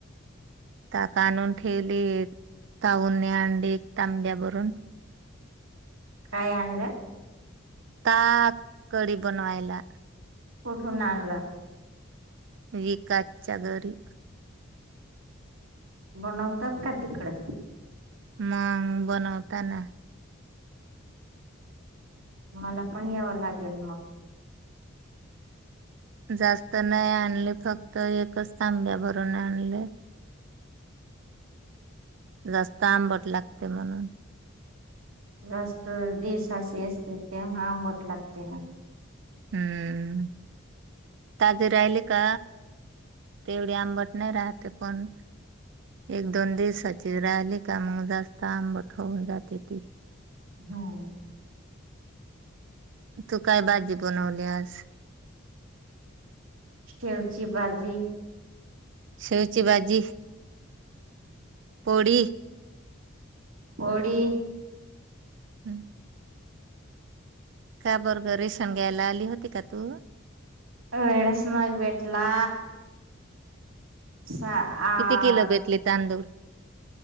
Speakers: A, on the right; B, on the right.
A: ताक आणून ठेवली ताऊने अंडी तांब्यावरून.
B: काय आणलं
A: ताक कडी बनवायला.
B: कठून आणलं
A: विकासच्या घरी
B: बनवतात का तिकडं.
A: मग बनवताना.
B: मला पण यावं लागेल मग
A: जास्त नाही आणले फक्त एकच तांब्या भरून आणले. जास्त आंबट लागते म्हणून.
B: जास्त दीशास असते तेव्हा आंबट लागते ना
A: हम्म ताजे राहिले का तेवढी आंबट नाही राहते पण एक दोन दिवसाची राहिली का मग जास्त आंबट होऊन जाते ती.
B: हम्म
A: तू काय भाजी बनवली आज.
B: शेवची भाजी.
A: शेवची भाजी पोडी.
B: पोडी.
A: हम्म. का बर्ग रेशग्यायला आली होती का तू.
B: वडस माग भेटला. सा आ
A: किती किलो भेटले तांदूळ.